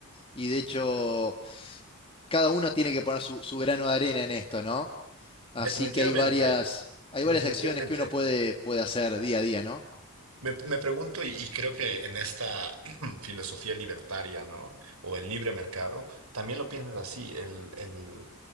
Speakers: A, on the left; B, on the right.
A: Y de hecho, cada uno tiene que poner su, su grano de arena en esto, ¿no? Así
B: definitivamente,
A: que hay varias, hay
B: definitivamente.
A: varias acciones que uno puede, puede hacer día a día, ¿no?
B: Me, me pregunto y, y creo que en esta <clears throat> filosofía libertaria, ¿no? O el libre mercado, también lo piensas así, el, el-